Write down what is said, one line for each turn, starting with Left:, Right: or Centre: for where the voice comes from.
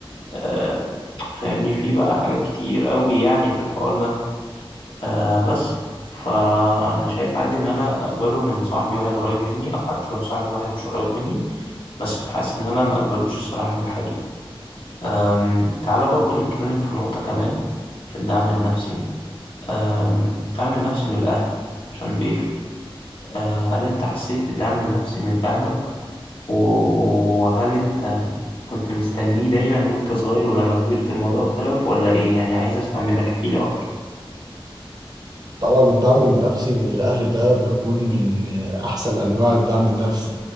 Left: آه، فاهمني في بقى حاجات كتير قوي يعني في الحوار ده آه بس فأنا شايف عادي إن أنا أقبله من صاحبي واحد قريب مني أو حتى لو صاحبي واحد مش قريب مني بس حاسس إن أنا ما أقبلوش الصراحة من الحبيبة أم تعالى برضو نتكلم في نقطة كمان في الدعم النفسي أم الدعم النفسي من الأهل عشان بيفرق أه هل أنت حسيت الدعم النفسي من أهلك و- وهل أنت كنت مستنيه دايما وأنت صغير ولما كبرت الموضوع اختلف ولا إيه يعني عايز أسمع منك احكيلي أكتر
Right: طبعا الدعم النفسي من الاهل ده بيكون من آه، احسن انواع الدعم النفسي